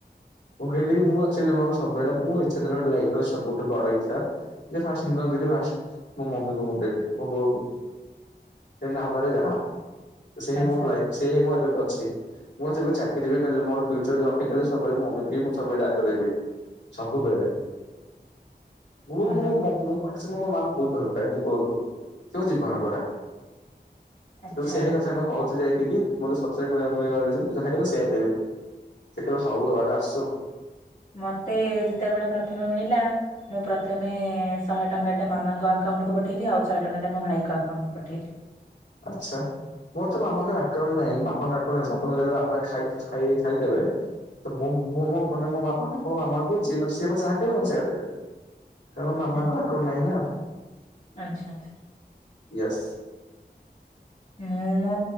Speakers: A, on the left; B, on the left.
A: ମୁଁ କହିଲି ମୁଁଆକ୍ଚୁଆଲି ମୋର ସବୁବେଳେ ମୋଇଚ୍ଛା ଥିଲା ଗୋଟେ ଲାଇଫର୍ ସବୁଠୁ ବଡ଼ ଇଚ୍ଛା ଯେ ଫାଷ୍ଟ୍ ଇନକମ୍ କରିବି ଫାଷ୍ଟ ମୁଁ ମମିକୁ ମୁଁ ଦେବି ମୋ ବୋଉକୁ। ସେ ନହବାରେ ଯାହା। ସେ
B: ଆଚ୍ଛା
A: ମୋ ଲାଇଫ୍ ସେହିଁ ମୁଁ ଏବେବି ଅଛି, ମୁଁ ଯେବେ ଚାକିରିବି କଲେ ମୋର ଫ୍ୟୁଚର୍ ଜବ୍ ଅପେକ୍ଷା ସବୁବେଳେ ମମି ମୁଁ ସବୁବେଳେ ଆଗ ଦେବି ସବୁବେଳେ ମୁ
B: ଭଲ
A: ମୁ
B: ଭଲ
A: ମୋ ମାଙ୍କୁ ବହୁତ୍ ଭଲ ପାଏ ମୁଁ ବୋଉକୁ ସେମୋ ଜୀବନ ପରା।
B: ଆଚ୍ଛା
A: <unintelligible> କହୁଛି ଯାଇକିକି ମତେ ସତ ଯିବୁ ଯାହା କହିଲେ ସେଇଆ ଦେବି ସେକହିଲେ ହଉରେ ବାବା ସୋ
B: ମତେ ଯେତେବେଳେ ପ୍ରଥମେ ମିଳିଲା ମୁଁ ପ୍ରଥମେ ଶହେ ଟଙ୍କାଟା ମାମାଙ୍କ ଆକାଉଣ୍ଟ କୁ ପଠେଇଲି ଆଉ ଶହେ ଟଙ୍କାଟା ମୋ ଭାଇଙ୍କ ଆକାଉଣ୍ଟକୁ ପଠେଇଲି।
A: ଆଚ୍ଛା। ମୋରତ ମାମାଙ୍କ ଆକାଉଣ୍ଟ ନାହିଁ ବାପାଙ୍କ ଆକାଉଣ୍ଟ ଅଛି ବାପାଙ୍କୁ ଦେଲେ ବାପା ଖା ଖାଇ ଖାଇଦେବେ ତେ ମେ ମୋ ମାମାଙ୍କୁ ଦିଏ ମାନେ ସିଏ ଯାହା କହୀବେ ମୁଁ ସେଇୟା ଦେଇଦେବି। କାରଣ ମାମାଙ୍କ
B: ଆ-
A: ଆକାଉଣ୍ଟ ନାହିଁନା।
B: ଆଚ୍ଛା ଆଚ୍ଛା।
A: ୟେସ୍।
B: ମୁଁ ମୋ